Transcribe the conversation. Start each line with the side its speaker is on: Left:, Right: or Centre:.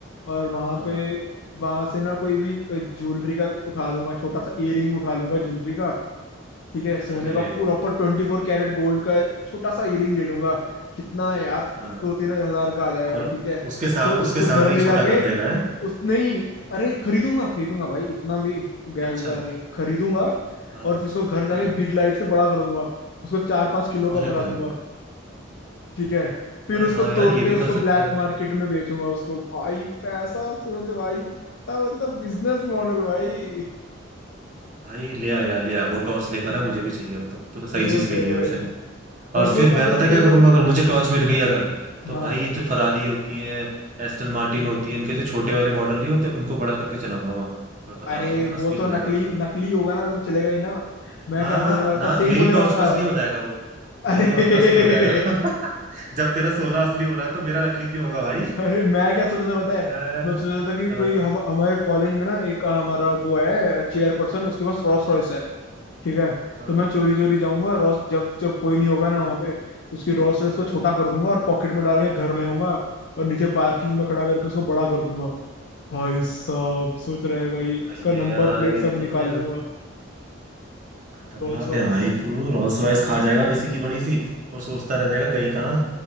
Left: और वहां
Right: हाँ
Left: पे वहां से ना कोई भी ज्वेलरी का उठा लूंगा छोटा सा ईयरिंग उठा लूंगा ज्वेलरी का ठीक है सोने
Right: अरे
Left: का प्रॉपर ट्वेंटी फोर कैरेट गोल्ड का छोटा सा ईयरिंग ले लूंगा कितना है यार
Right: हाँ
Left: दो तीन हजार का आ जाएगा
Right: और
Left: ठीक है
Right: उसके साथ
Left: तो उसको
Right: उसके सामने
Left: घर ले
Right: ही छोटा
Left: जाके
Right: कर देगा है
Left: उस नहीं अरे खरीदूंगा खरीदूंगा भाई इतना भी गया
Right: अच्छा
Left: गुजार नहीं खरीदूंगा
Right: हाँ
Left: और फिर उसको घर जाके
Right: हाँ
Left: बिग लाइट से बड़ा कर दूंगा उसको चार पांच किलो का
Right: अरे
Left: बना
Right: भाई
Left: दूंगा ठीक है फिर
Right: अरे
Left: उसको
Right: हाँ
Left: तोड़
Right: यार ये
Left: के
Right: भी
Left: उसको
Right: कर सकता
Left: ब्लैक
Right: है
Left: मार्केट में बेचूंगा उसको भाई पैसा सोच भाई तो कितना मतलब बिजनेस मॉडल भाई
Right: भाई ले आ यार ले आ वो टॉर्च
Left: <laughs>
Right: लेकर आ मुझे भी चाहिए अब तो तूने सही
Left: और
Right: चीज कही
Left: क्या भाई
Right: है वैसे
Left: और
Right: और
Left: सोच
Right: फिर मैं
Left: अगर
Right: पता
Left: तेरे
Right: है क्या
Left: को
Right: करूंगा अगर मुझे टॉर्च मिल गई अगर तो
Left: हाँ
Right: भाई ये जो फरारी होती है एस्टन मार्टिन होती है इनके जो छोटे वाले मॉडल नहीं होते उनको बड़ा करके चलाऊंगा वहां मैं बता
Left: अरे
Right: रहा हूँ असली
Left: वो तो
Right: हो
Left: नकली
Right: जाएगा तुरंत
Left: नकली होगा ना वो तो चलेगा ही ना मैं
Right: ना
Left: क्या बोलने वाला
Right: ना
Left: था सेम
Right: मेरी
Left: बोलने वाला
Right: टॉर्च
Left: था
Right: में असली हो जाएगा वो
Left: अरे
Right: मेरी टॉर्च में असली हो जाएगा
Left: <laughs>
Right: <laughs> जब तेरा सोना असली हो रहा है तो मेरा नकली क्यों होगा भाई <laughs>
Left: अरे मैं क्या सोचा था पता है
Right: अ,
Left: मैं सोचा था कि कोई
Right: अ,
Left: हम हमारे कॉलेज में ना एक हमारा वो है चेयर पर्सन उसके पास रोल्स रॉयस है ठीक है
Right: अ,
Left: तो मैं चोरी चोरी जाऊंगा रोस जब जब कोई नहीं होगा ना वहां पे तो उसकी रोल्स रॉयस को छोटा कर दूंगा और पॉकेट में डाल के घर ले आऊंगा और नीचे पार्किंग में खड़ा करके उसको बड़ा कर दूंगा भाई साहब सोच रहा है भाई
Right: अ,
Left: उसका
Right: ये
Left: नंबर
Right: यार
Left: प्लेट
Right: ये
Left: सब
Right: तो
Left: निकाल
Right: फिर
Left: दूंगा
Right: खतरनाक
Left: Rolls Royce
Right: है भाई तू रोल्स रॉयस खा जाएगा किसी की बड़ी सी और सोचता रह जाएगा गई कहाँ